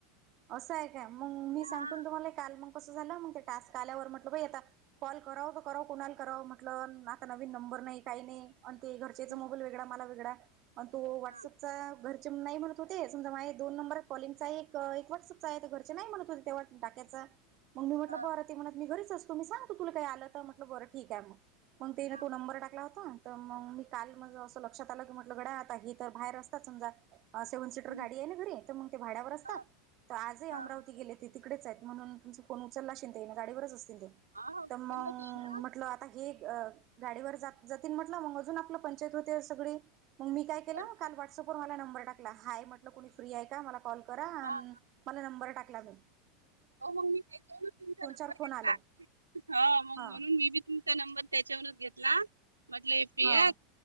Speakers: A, on the right; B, on the right.
A: असं आहे काय मग मी सांगतो
B: हा
A: तुम्हाला काल मग कसं झालं मग ते टास्क आल्यावर म्हटलं बा आता. कॉल कराव तर कराव कोणाला कराव म्हटलं आता नवीन नंबर नाही काही नाही आणि ते घर. चेचा
B: हं,
A: मोबाल वेगळा मला वेगडा. आणि तो व्हॉट्सअपचा
B: हा
A: घरचे नाही म्हणत होते समजा माझ दोन नंबर कॉलिंगचा एक वॉट्सप च आहे तर घरचे नाही म्हणत होते तेव्हा टाक्याच मग मी म्हटलं
B: हा
A: बर- म्हणत मी घरीच असतो मी सांगतो तुला काही आलं तर म्हटलं बरं ठीक आहे मग मग तेने
B: हा
A: तो नंबर टाकला होता. तर मग मी काल म असं लक्षात आलं की म्हटलं गड्या आता हे तर बाहेर असतात समजा. दहा सेव्हन सीटर
B: हं,
A: गाडी आहे ना घरी तर मग ते भाड्यावर असतात.
B: हा
A: तर आजही
B: हा
A: अमरावती
B: हा
A: गेले ते तिकडेच आहेत म्हणून तुमचां फोन उचललाशील ते ना गाडीवरच असतील ते.
B: अहो, उचललं
A: तर मग
B: ते ना
A: म्हटलं आता हे, अ गाडीवर जात जातील म्हटलं मग अजून आपलं पंचायत होते सगळी, मग मी काय केलं
B: बरं
A: काल
B: बरं
A: व्हॉट्सअपवर मला नंबर टाकला हाय म्हटलं कोुणी फ्री आहे का मला कॉल करा आणि.
B: हा
A: मला नंबर टाकला जाई.
B: हो मग मी त्याच्यान तुमचा नंबर
A: चार फोन
B: घेतला
A: आले
B: मग
A: हा
B: म्हणून मी बी- तुमचा नंबर त्याच्यावरच घेतला म्हटलं फ्री
A: हा
B: आहेत.